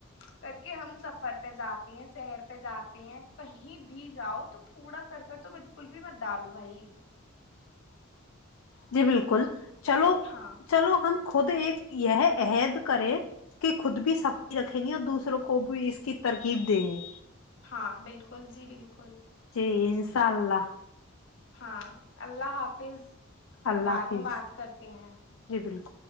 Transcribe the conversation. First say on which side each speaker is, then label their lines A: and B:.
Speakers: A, on the left; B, on the left.
A: کر کے ہم سفر پہ جاتے ہیں سہر پہ جاتے ہیں کہیں بھی جاؤ تو کوڑا کر کر تو بالکل بھی مت ڈالو بھائی
B: جی بالکل
A: خود
B: چلو
A: ہاں
B: چلو ہم خود ایک یہ عہد کریں کہ خود بھی صفائی رکھیں گے اور دوسروں کو بھی اس کی ترکیب دیں گے
A: ہاں بالکل جی بالکل
B: جی انشاء اللہ
A: ہاں اللہ حافظ
B: اللہ
A: بعد
B: حافظ
A: میں بات کرتے ہیں
B: جی بالکل